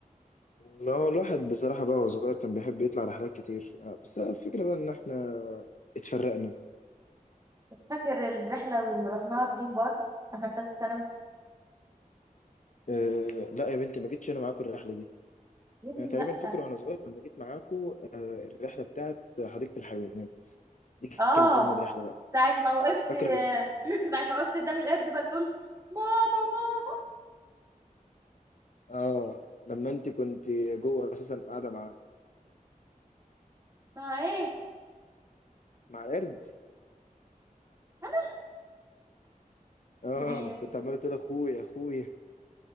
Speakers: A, on the left; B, on the right.
A: لا هو الواحد بصراحة بقى وهو صغير كان بيحب يطلع رحلات كتير آه، بس الفكرة بقى إن إحنا اتفرقنا
B: فاكر الرحله اللي رحناها دريم بارك واحنا في ثالثه ثانوي
A: اه لا يا بنتي ما جيتش أنا معاكم الرحلة دي
B: يا ابني
A: أنا تقريبا
B: لا
A: فاكر وأنا صغير لما جيت معاكم آه، الرحلة بتاعت حديقة الحيوانات دي
B: اه
A: كانت أجمد رحلة بقى
B: ساعه ما وقفت <laughs>
A: فاكرة لما
B: ساعه ما وقفت قدام القرد بتقول ماما ماما
A: آه لما أنت كنت جوه أساسا قاعدة مع
B: ما ايه
A: مع القرد
B: انا
A: آه
B: <laughs> ماشي
A: كنت عمالة تقول أخويا أخويا